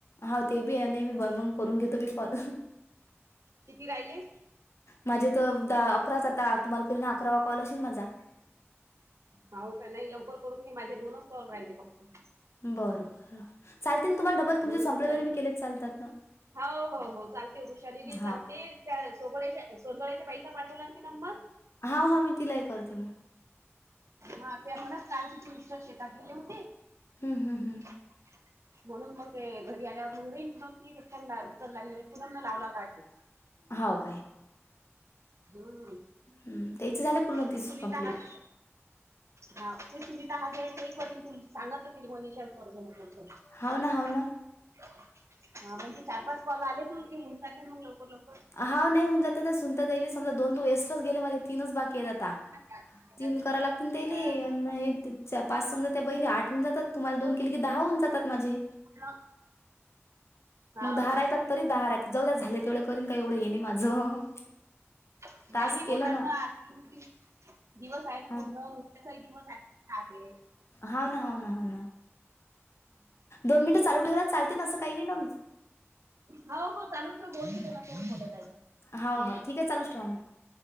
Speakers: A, on the left; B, on the right.
A: हा ते बी आहे नाही मी ब मंग करून घेतो बी कॉल
B: किती राहिले
A: माझे तर द अकराच आता तुम्हाला क अकरावा कॉल असेल माझा
B: होव का नाही लवकर करून की माझे दोनच कॉल राहिले फक्त
A: बरं बरं चालते तुम्हाला डबल
B: म्हणून
A: तुम संपले
B: म्हटलं
A: तरी मी केलेच चालतात ना
B: हो हो हो ांगते ऋषाली बी सांगते
A: हा
B: त्या सोगोळ्याच्या सोंो्याच्या पैसा पाठवला मी नममक
A: हा हा मी तिलाही करते म
B: हा त्या म्हणच काल तिची मिस्टर शेतात गेले होती
A: हम् हम् हम
B: <inaudible> म्हणून मग ते घरी आल्यावर मंगरें ती उतरला तर लावला तटते
A: हो काय
B: हम् अगदी
A: हं, त्याचे झाले पूर्ण तीस
B: तुम्हीितहात
A: कंप्लीट
B: हा ते सुविधा हा जे आहे ते एक वर्न तु सांगतलं तिरवनीच्या कर्ज म्हटलं ह
A: हाव ना, हाव ना.
B: हा म्हणजे चार पाच बॉल आलेत की होऊन जाते मग लोक लोक
A: हा नाहीऊ जात त्या सुनताात जाईली समज दोन तो वेस्टच गेले मा तीनच बाकी आहेत आता
B: धागा
A: तीन
B: देणं
A: कराय लागतील तेले
B: काळा ना
A: आणि हे पाच समजा त्या बैले आठहून जातात तुम्हाला दोन
B: तो
A: केले की दहा होऊन जातात माझे
B: हा हा
A: मग दहा रायतात तरी दहाार आहे जवद झाले तेवढं करीन काय एवढं हे नाही माझं
B: नाही
A: टास्क
B: नाही होतात
A: केलं
B: ना दिवस आहे ना
A: हं.
B: पूर्ण त्याचाही दिवस आहे
A: हा ना ह ना ह ना दोन मिनिटं चालू ठेवय चालतील ना असं काही नाही ना
B: हो हो चालू ठेवोललाय
A: होा होा ठीक आहे चालूच ठेवा मग